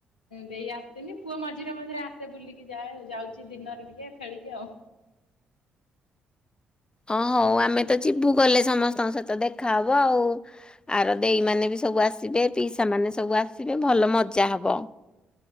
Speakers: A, on the left (about 80°); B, on the left (about 20°).
A: ଦେଇ ଆସିନି ପୁଅ ମଝିରେ ମଝିରେ ଆସେ ବୁଲିକି ଯାଏ ଯାଉଛି ଦିନରେ ଟିକେ ଖେଳିକି ଆଉ।
B: ହଁ ହଉ ଆମେ ତ ଯିବୁ ଗଲେ ସମସ୍ତଙ୍କ ସହିତ ଦେଖାହବ ଆଉ। ଆର ଦେଇ ମାନେ ବି ସବୁ ଆସିବେ ପିଇସା ମାନେ ସବୁ ଆସିବେ ଭଲ ମଜା ହବ।